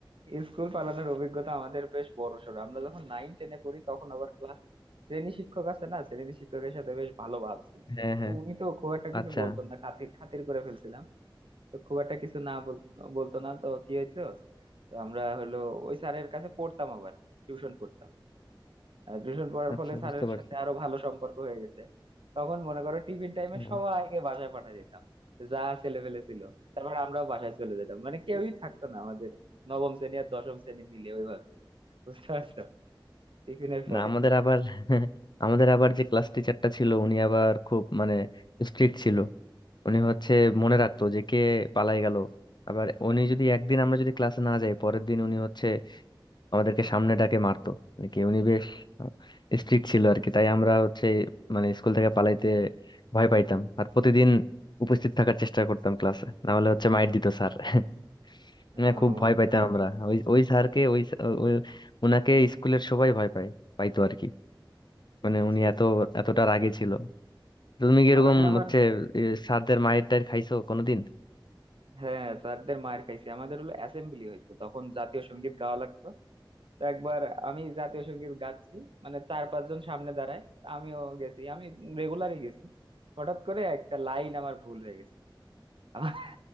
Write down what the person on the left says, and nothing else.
হ্যাঁ হ্যাঁ
আচ্ছা
আচ্ছা
বুঝতে পারছি
হুম।
না আমাদের আবার <laughs> আমাদের আবার যে ক্লাস টিচারটা ছিল উনি আবার খুব মানে স্ট্রিক্ট ছিল উনি হচ্ছে মনে রাখতো যে কে পালাই গেল আবার উনি যদি একদিন আমরা যদি ক্লাসে না যাই পরের দিন উনি হচ্ছে আমাদেরকে সামনে ডাকে মারতো মানে কি উনি বেশ স্ট্রিক্ট ছিল আর কি তাই আমরা হচ্ছে মানে স্কুল থেকে পালাইতে ভয় পাইতাম আর প্রতিদিন উপস্থিত থাকার চেষ্টা করতাম ক্লাসে না হলে হচ্ছে মাইর দিত স্যার <laughs>
না, খুব
ভয় পাইতাম
আমরা ওই ওই স্যারকে ওই ওই উনাকে স্কুলের সবাই ভয় পায় পাইতো আর কি মানে
উনি
এত এতটা রাগে ছিল তো তুমি কি এরকম
হচ্ছে এ, স্যারদের মায়ের টায়ের খাইছো কোনোদিন